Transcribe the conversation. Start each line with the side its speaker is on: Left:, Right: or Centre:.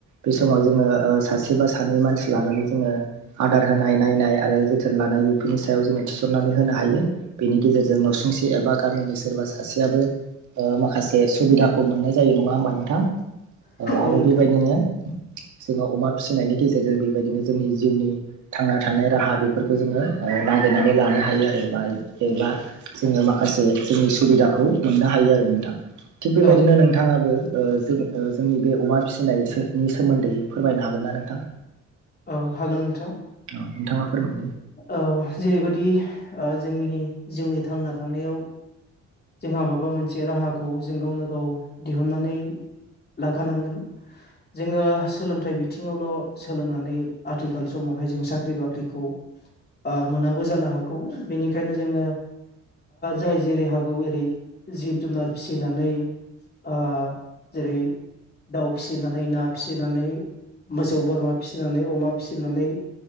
Right: बे समाव जोङो सासे बा सानै मानसि लानानै जोङो आदार होनाय नायनाय आरो जोथोन लानाय बेफोरनि सायाव जोङो थिसननानै होनो हायो बेनि गेजेरजों नसुं से एबा गामिनि सोरबा सासेयाबो ओ माखासे सुबिदाखौ मोननाय जायो नङा होमबा नोंथां? ओ आरो
Left: औ नोंथां
Right: बेबायदिनो जोङो अमा फिसिनायनि गेजेरजों बेबायदिनो जोंनि जिउनि थांना थानाय राहा बेफोरखौ जोङो ओ नागिरनानै लानो हायो आरो बा जबा जोङो माखासे जोंनि सुबिदाखौ मोननो हायो आरो नोंथां थिग बेबायदिनो
Left: औ
Right: नोंथाङाबो ओ जों जोंनि बे अमा फिसिनायोनि सोमोन्दै फोरमायनो हागोन ना नोंथां?
Left: औ हागोन नोंथां।
Right: औ नोंथाङा फोरमायदो
Left: ओ जेरैबायदि जोंनि ओ जिउनि थांना थानायाव जोंहा माबा मोनसे राहाखौ जों गावनो गाव दिहुननानै लाखानांगोन। जोङो सोलोंथाइ बिथिङावल' सोलोंनानै आथिखाल समावहाय जों साख्रि बाख्रिखौ आ मोनाबो जानो हागौ आ बेनिखायनो जोङो जाय जेरै हागौ ओरै जिब जुनार फिसिनानै आ जेरै दाउ फिसिनानै ना फिसिनानै मोसौ बोरमा फिसिनानै अमा फिसिनानै